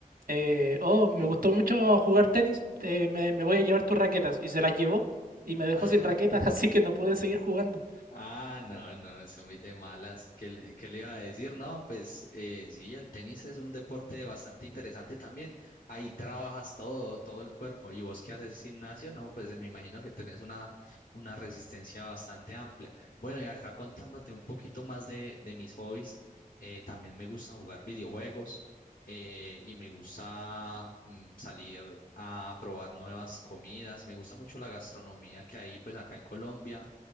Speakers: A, on the right; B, on the left.
A: eh, oh, me gustó mucho jugar tenis, te- me, me voy a llevar tus raquetas. Y se las llevó y me dejó
B: <laughs>
A: sin raquetas, <laughs> así que no pude seguir jugando.
B: Ah, no, no, es muy de malas. ¿Qué le, qué le iba a decir? No, pues eh, sí, el tenis es un deporte bastante interesante también. Ahí trabajas todo, todo el cuerpo. ¿Y vos qué haces gimnasio? No, pues me imagino que tenés una, una resistencia bastante amplia. Bueno, y acá contándote un poquito más de, de mis hobbies, eh, también me gusta jugar videojuegos eh, y me gusta mm, salir a probar nuevas comidas. Me gusta mucho la gastronomía que hay pues acá en Colombia